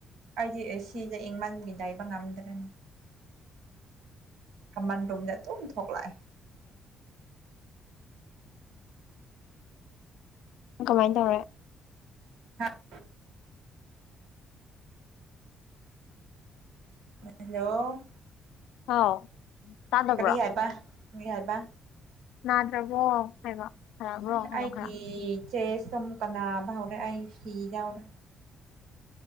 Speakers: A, on the right (about 80°); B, on the left (about 85°).
A: ꯑꯩꯗꯤ ꯑꯦꯁꯤꯅ ꯏꯪꯃꯜꯒꯤ ꯗꯥꯏꯕ ꯉꯝꯗ꯭ꯔꯦꯅꯦ ꯀꯃꯥꯟ ꯔꯨꯝꯗ ꯑꯗꯨꯝ ꯊꯣꯛꯂꯛꯑꯦ
B: ꯀꯃꯥꯏ ꯇꯧꯔꯦ
A: ꯍꯥꯥ ꯍꯜꯂꯣ
B: ꯍꯥꯎ ꯇꯥꯗꯕ꯭ꯔꯣ
A: ꯀꯔꯤ ꯍꯥꯏꯕ ꯃꯤ ꯍꯥꯏꯕ
B: ꯅꯥꯗ꯭ꯔꯕꯣ ꯍꯥꯏꯕ ꯐꯔꯕ꯭ꯔꯣ
A: ꯑꯍ
B: ꯍꯥꯏꯕ
A: ꯑꯩꯒꯤ
B: ꯈꯔ
A: ꯆꯦꯁꯇꯣ ꯑꯃꯨꯀ ꯅꯥꯕ ꯍꯧꯔꯦ ꯑꯩ ꯐꯤ ꯌꯥꯎꯔꯦ